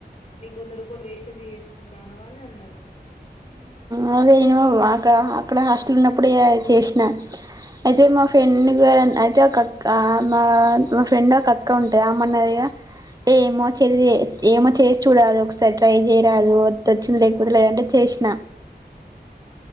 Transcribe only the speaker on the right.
ఆ అదేమో అక్కడ అక్కడ హాస్టల్ ఉన్నప్పుడ చేసినా అయితే మా ఫ్రెండ్ కూడా అయితే ఒక అక్క మా మా ఫ్రెండ్ ఒక అక్క ఉంటది అమ్మన్నగా ఏమో చెల్లి ఏమో చేసి చూడరాదు ఒకసారి ట్రై చేయరాదు వత్తే వచ్చింది లేకపోతే లేదు అంటే చేసినా